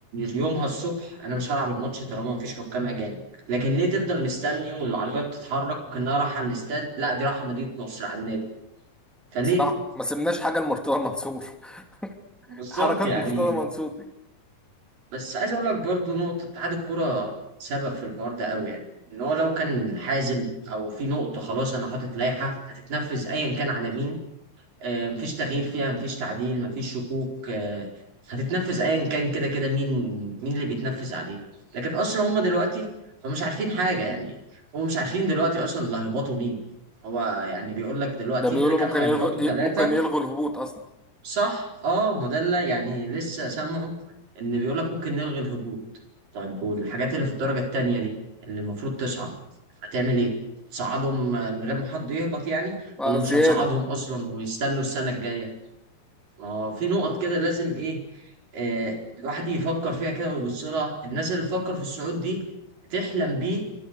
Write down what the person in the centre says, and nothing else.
صراحه ما سيبناش حاجه لمرتضى منصور <laughs>
حركات
مرتضى منصور دي
ده بيقولوا
ممكن
يلغي
ممكن يلغوا الهبوط اصلا
بقى
زياده